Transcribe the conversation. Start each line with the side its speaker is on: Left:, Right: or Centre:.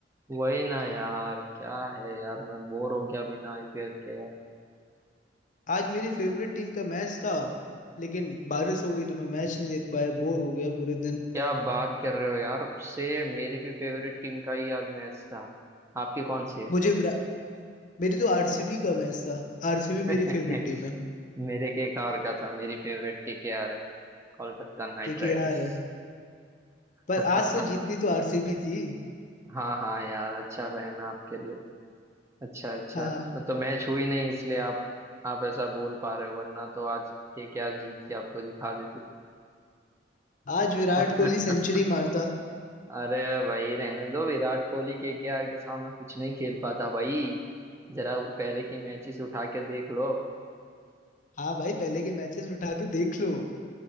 Right: वही ना यार क्या है यार मैं बोर हो गया बिना आईपीएल के यार
Left: आज मेरी फेवरेट टीम का मैच था लेकिन बारिश हो गई तो मैं मैच नहीं देख पाया बोर हो गया पूरे दिन
Right: क्या बात कर रहे हो यार से मेरी भी फेवरेट टीम का ही आज मैच था आपकी कौन सी है
Left: मुझे विरा- मेरी तो आरसीबी का मैच था आरसीबी
Right: <laughs> मेरे
Left: मेरी फेवरेट टीम है
Right: के केकेआर का था मेरी फेवरेट केकेआर है कोलकाता नाइट
Left: क्योंकि
Right: राइडर्स
Left: यार पर
Right: <laughs>
Left: आज तो जीतनी तो आरसीबी थी
Right: हाँ हाँ यार अच्छा वह है आपके लिए अच्छा अच्छा
Left: हाँ
Right: तो मैच हुई नहीं इसलिए आप आप ऐसा बोल पा रहे हो वरना तो आज के क्या जीत के आपको दिखा देती
Left: आज विराट
Right: <laughs>
Left: कोहली सेंचुरी मारता
Right: अरे भाई रहने दो विराट कोहली के के आर के सामने कुछ नहीं खेल पाता भाई जरा पहले की मैचेस उठा के देख लो
Left: हाँ भाई पहले के मैचेस उठा के देख लो